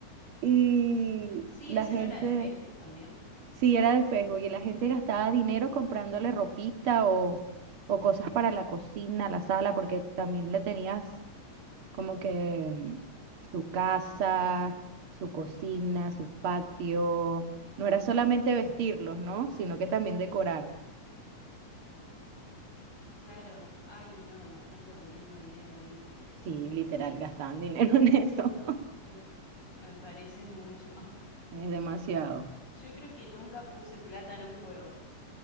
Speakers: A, on the right; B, on the left.
A: Y
B: Sí,
A: la
B: ¿eso
A: gente,
B: no era de Facebook también?
A: Sí, era de Facebook y la gente gastaba dinero comprándole ropita o, o cosas para la cocina, la sala, porque también le tenías como que mm, su casa, su cocina, su patio. No era solamente vestirlos, ¿no? Sino que también decorar.
B: Claro. Ay, no, la gente poniendo dinero ahí.
A: Sí, literal, gastaban dinero <laughs> en eso.
B: Me, me parece mucho.
A: Es demasiado.
B: Yo creo que nunca puse plata en un juego.